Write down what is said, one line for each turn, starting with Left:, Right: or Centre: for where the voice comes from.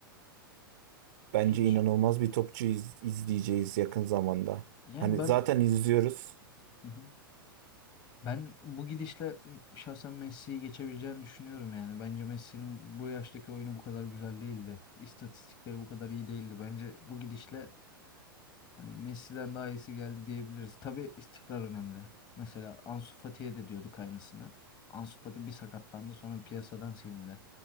Right: Bence
Left: Hiç
Right: inanılmaz bir topçu iz- izleyeceğiz yakın zamanda.
Left: yani
Right: Hani
Left: ben
Right: zaten izliyoruz.
Left: Hı hı. Ben bu gidişle m, şahsen Messi'yi geçebileceğini düşünüyorum yani. Bence Messi'nin bu yaştaki oyunu bu kadar güzel değildi. İstatistikleri bu kadar iyi değildi. Bence bu gidişle hani Messi'den daha iyisi geldi diyebiliriz. Tabii istikrar önemli. Mesela Ansu Fati'ye de diyorduk aynısını. Ansu Fati bir sakatlandı sonra piyasadan silindi.